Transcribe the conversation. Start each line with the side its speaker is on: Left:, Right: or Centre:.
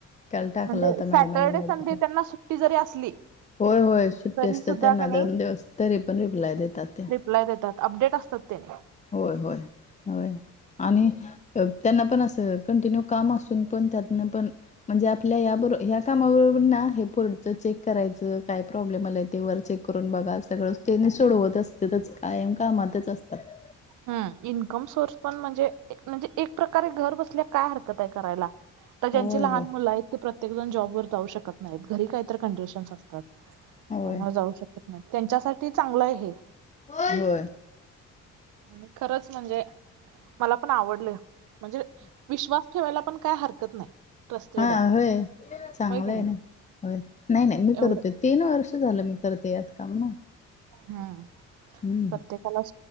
Left: काल टाकला
Right: म्हणजे
Left: होता
Right: सॅटर्डे
Left: मॅडमांनी मी बघितला.
Right: संडे त्यांना सुट्टी जरी असली
Left: होय होय सुट्टी
Right: तरी
Left: असते
Right: सुद्धा
Left: त्यांना
Right: का नाही
Left: दोन दिवस तरी पण रिप्लाय देतात त्या
Right: रिपलाय देतात अपडेट असतात त्याने
Left: होय होय होय आणि त्यांना पण असं कंटिन्यू काम असून पण त्यांतन पण म्हणजे आपल्या या बरो ह कामाबरोबर ना हे पोर्डच चेक करायचं काय प्रॉब्लेम आलाय ते वर चेक करून बघा सगळच त्यांनी सोडवत अस त्यातच कायम कामातच असतात
Right: हु हम इन्कम सोर्स पण म्हणजे म्हणजे एक प्रकारे घर बसल्या काय हरकत आहे करायला तर ज्यांची
Left: होय
Right: लहान
Left: होय
Right: मुलं आहेत ते प्रत्येक जण जॉब वर जाऊ शकत नाहीत घरी काहीत कंडिशन्स असत त्यामुळे
Left: होय
Right: जाऊ शकत नाही त्यांच्यासाठी चांगलं आहे हे
Left: बोल होय
Right: आणि खरंच म्हणजे मला पण आवडलं म्हणजे विश्वास ठेवायला पण काय हरकत नाही ट्रस्टेड
Left: हा
Right: आहे
Left: होय चांगलंय
Right: होय की नाही
Left: ना होय नाही नाही मी
Right: एवढं
Left: करतेत तीन वर्ष झालं मी करते यात काम ना
Right: हम्म
Left: हम्म
Right: प्रत्येकालाच